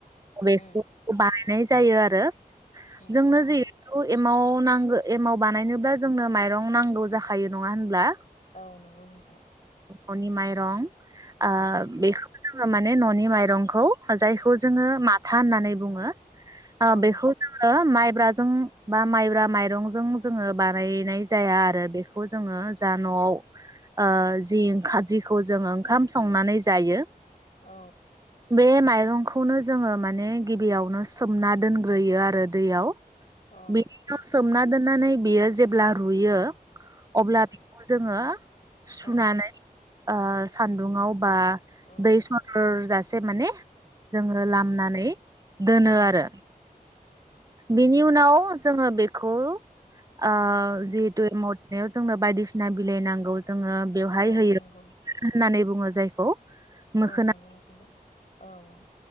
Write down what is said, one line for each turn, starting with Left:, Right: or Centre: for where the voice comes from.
Right: <unintelligible>
Left: उम
Right: बानायनो। नाय जायो आरो।
Left: उम
Right: जोंनो जि। थु एमाव नांगौ एमाव बानायनोब्ला जोंनो माइरं नांगौ जाखायो नङा होनब्ला।
Left: औ नंगौ नोंथां।
Right: अननि माइरं। आ
Left: औ
Right: बेखौ‌ जोङो माने ननि माइरंखौ। ओ जायखौ जोङो माथा होननानै बुङो। आ
Left: औ
Right: बेखौ जोङो माइ। माइब्राजों बा माइब्रा माइरंजों जोङो बानायनाय जाया आरो बेखौ जोङो जा नआव ओ जि ओंखाम जिखौ जों ओंखाम संनानै जायो।
Left: औ।
Right: बे माइरंखौनो जोङो माने गिबियावनो सोमना दोनग्रोयो आरो दैयाव
Left: औ
Right: बेनिउनाव सोम हुमना दोन्नानै बियो जेब्ला रुयो। अब्ला बेखौ जोङो सुनानै
Left: औ
Right: ओ। सान सानदुंआव बा
Left: औ
Right: दै सरजासिम सेबनानै जोङो लामनानै। दोनो आरो।
Left: औ
Right: बिनि उनाव जोङो बेखौ। ओ जिहेथु मटनेस जोंनो बायदिसिना बिलाइ नांगौ जायो। जोङो बेवहाय
Left: औ
Right: होयो
Left: नंगौ
Right: होननानै बुङ बुङो जायखौ मोखोना
Left: औ नंगौ नोंथां औ